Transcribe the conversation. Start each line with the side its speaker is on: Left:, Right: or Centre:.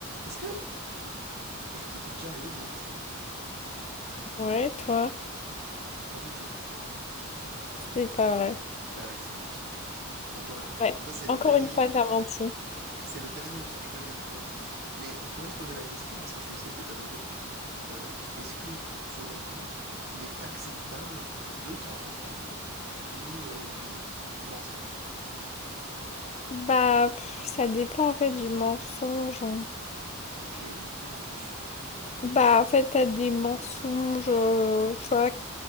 Right: Est-ce que, est-ce que ça t'est déjà arrivé de mentir?
Left: Ouais, toi,
Right: Pas du tout.
Left: c'est pas vrai.
Right: Bah ouais, c'est un mensonge. Donc voilà,
Left: Ouais,
Right: ça c'est le
Left: encore
Right: dernier
Left: une
Right: mensonge.
Left: fois, t'as menti.
Right: C'est le dernier mensonge que je viens de faire. Mais on pourrait se poser la question, parce que celui-ci était anodin, euh, est-ce que, selon toi, il est acceptable de temps en temps de euh, mentir?
Left: Bah, pff, ça dépend en fait du mensonge. hein.
Right: Ok, dis-moi en plus.
Left: Bah, en fait, t'as des mensonges, euh, tu vois,